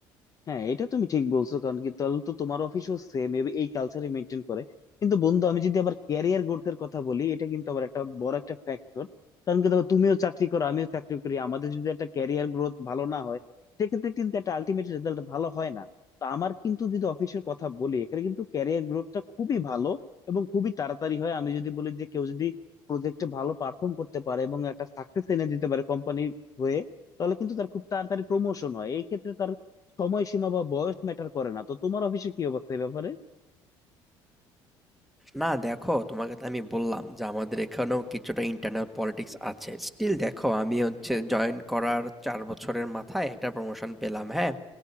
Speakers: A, on the left; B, in the centre.
A: হ্যাঁ এটা তুমি ঠিক বলছো কারণ কি তাহলে তো তোমার অফিসও সেম এই কালচারই মেনটেন করে কিন্তু বন্ধু আমি যদি আবার ক্যারিয়ার গ্রোথের কথা বলি এটা কিন্তু আবার একটা বড় একটা ফ্যাক্টর কারণ কি দেখো তুমিও চাকরি করো আমিও চাকরি করি আমাদের যদি একটা ক্যারিয়ার গ্রোথ ভালো না হয় সেক্ষেত্রে কিন্তু একটা আলটিমেট রেজাল্ট ভালো হয় না তো আমার কিন্তু যদি অফিসের কথা বলি এখানে কিন্তু ক্যারিয়ার গ্রোথটা খুবই ভালো এবং খুবই তাড়াতাড়ি হয় আমি যদি বলি যে কেউ যদি প্রজেক্টে ভালো পারফর্ম করতে পারে এবং একটা সাকসেস এনে দিতে পারে কোম্পানির হয়ে তাহলে কিন্তু তার খুব তাড়াতাড়ি প্রমোশন হয় এই ক্ষেত্রে সময়সীমা বা বয়স ম্যাটার করে না তো তোমার অফিসে কি অবস্থা এই ব্যাপারে
B: না দেখো তোমাকে তো আমি বললাম যে আমাদের এখানেও কিছুটা ইন্টারনাল পলিটিক্স আছে স্টিল দেখো আমি হচ্ছে জয়েন করার চার বছরের মাথায় একটা প্রমোশন পেলাম হ্যাঁ